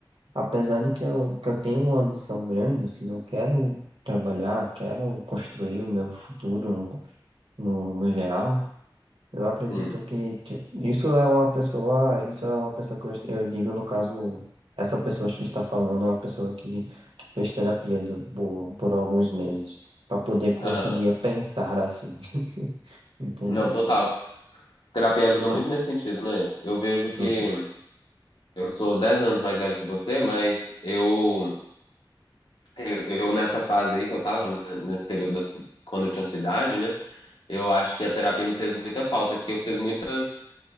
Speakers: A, on the right; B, on the left.
A: apesar de que eu, que eu tenho uma ambição grande, assim, eu quero trabalhar, quero construir o meu futuro no, no, no geral, Eu acredito
B: Sim.
A: que, tipo, isso é uma pessoa, isso é uma pessoa que eu, eu digo, no caso, essa pessoa que está falando é uma pessoa que, que fez terapia de- por, por alguns meses, para poder conseguir
B: Aham.
A: pensar assim, <laughs> entende?
B: Não, total. Terapia ajuda
A: Co-
B: muito nesse sentido, né? Eu vejo
A: Ajuda,
B: que eu sou 10 anos mais velho que você, mas eu. Eu, eu, nessa fase aí que eu tava, n- nesse período da su- quando eu tinha sua idade, né? Eu acho que a terapia me fez muita falta, que eu fiz muitas